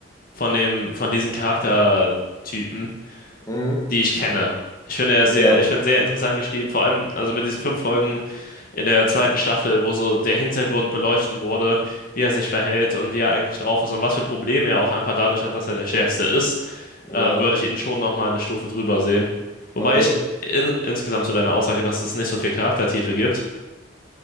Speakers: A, on the left; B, on the left.
A: von dem, von diesen Charaktertypen
B: Mhm.
A: die ich kenne. Ich finde er
B: Ja,
A: sehr, ich finde sehr interessant geschrieben, vor allem also mit diesen fünf Folgen in der zweiten Staffel, wo so der Hintergrund beleuchtet wurde, wie er sich verhält und wie er eigentlich drauf ist und was für Probleme er auch einfach dadurch hat, dass er der Stärkste ist,
B: ja,
A: äh, würde ich ihn schon nochmal eine Stufe drüber sehen. Wobei
B: okay.
A: ich in, insgesamt zu deiner Aussage, dass es nicht so viel Charaktertiefe gibt.